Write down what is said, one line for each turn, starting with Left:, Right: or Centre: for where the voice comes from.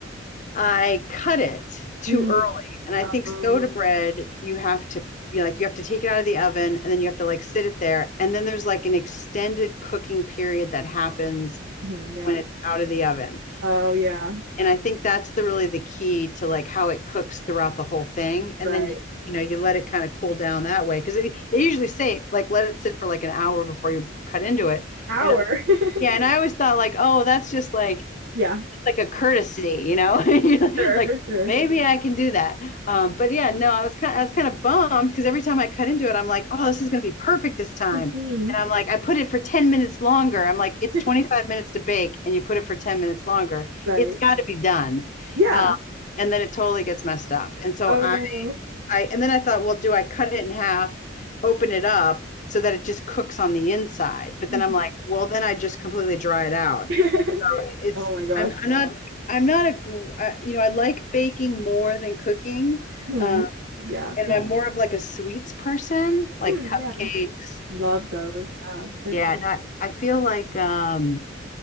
Left: I cut it too
Right: Mm.
Left: early. And I
Right: Oh,
Left: think soda bread, you have to you like you have to take it out of the oven and then you have to like sit it there. And then there's like an extended cooking period that happens
Right: mhm, yeah.
Left: when it's out of the oven.
Right: Oh yeah,
Left: And I think that's the really the key to like how it cooks throughout the whole thing. And
Right: right.
Left: then you you know you let it kind of cool down that way because they, they usually say like let it sit for like an hour before you cut into it.
Right: Hour.
Left: And
Right: <laughs>
Left: yeah, and I always thought like oh that's just like
Right: Yeah,
Left: like a courtesy, you know, <laughs>
Right: sure,
Left: like
Right: for sure.
Left: maybe I can do that. Um, but yeah, no, I was kind, of, I was kind of bummed because every time I cut into it, I'm like, oh, this is gonna be perfect this time. And
Right: hmm
Left: I'm like, I put it for 10 minutes longer. I'm like,
Right: <laughs>
Left: it's 25 minutes to bake, and you put it for 10 minutes longer.
Right: Right.
Left: It's got to be done.
Right: Yeah.
Left: Um, and then it totally gets messed up. And so
Right: Oh
Left: I,
Right: no.
Left: I, and then I thought, well, do I cut it in half, open it up so that it just cooks on the inside? But
Right: Mhm.
Left: then I'm like, well, then I just completely dry it out
Right: <laughs>
Left: it's
Right: Oh my gosh.
Left: I'm, I'm not I'm not a uh, you know I like baking more than cooking,
Right: Hmm.
Left: uh,
Right: Yeah,
Left: and
Right: for
Left: I'm
Right: sure.
Left: more of like a sweets person, like
Right: Hmm,
Left: cupcakes.
Right: yeah. Love those. Yeah, for
Left: Yeah,
Right: sure.
Left: no, I, I feel like um,